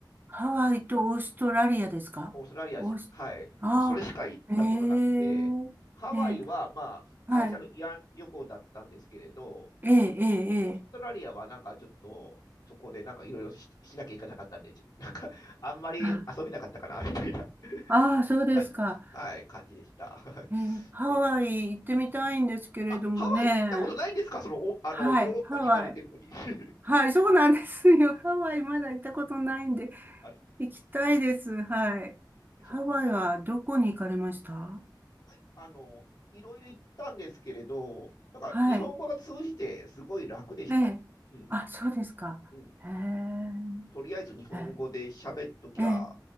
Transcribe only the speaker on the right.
ハワイとオーストラリアですかオース、
ああ、
ええええ、
はい。え、え、え、
え、
あ、ああー、そうですか。
えーハワイ行ってみたいんですけれどもね。
はい、ハワイ。
はい、そうなんですよ。<laughs> ハワイまだ行ったことないんで、
行きたいです。はい。
ハワイはどこに行かれました
はい。ええ。
あ、そうですか。
へえ。
ええ。ええ